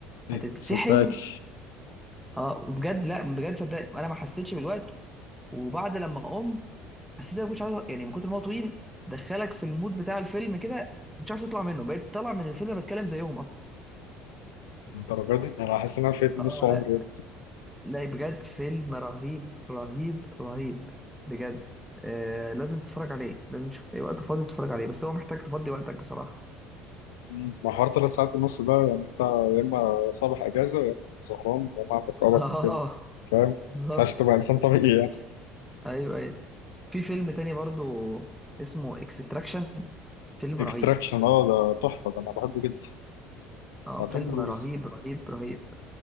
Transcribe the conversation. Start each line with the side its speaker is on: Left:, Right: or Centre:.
Left: إيه،
Centre: هتتسحل
Left: ما صدقكش
Centre: اه وبجد لا بجد صدقني انا ما حسيتش بالوقت وبعد لما قمت حسيت إن انا ما كنتش عارف يعني من كتر ما هو طويل دخلك في المود بتاع الفيلم كده ما كنتش عارف تطلع منه بقيت طالع من الفيلم بتكلم زيهم اصلا
Left: الدرجة دي أنا حاسس إن أنا فايت نص
Centre: اه
Left: عمري
Centre: لا
Left: يا ابني.
Centre: لا بجد فيلم رهيب رهيب رهيب بجد آه لازم تتفرج عليه لازم تشوف اي وقت فاضي تتفرج عليه بس هو محتاج تفضي وقتك بصراحة
Left: مم. ما حوار ثلاث ساعات ونص ده يعني أنت يا إما صباح أجازة يا إما أنت سهران يا إما عندك أرق
Centre: <laughs>
Left: وكده
Centre: اه
Left: فاهم؟ ما
Centre: بالظبط
Left: ينفعش تبقى إنسان طبيعي يعني
Centre: ايوه ايوه في فيلم تاني برضو اسمه اكستراكشن فيلم
Left: إكستراكشن
Centre: رهيب
Left: أه ده تحفة ده أنا بحبه جدا
Centre: اه
Left: بتاع
Centre: فيلم
Left: توم كروز
Centre: رهيب رهيب رهيب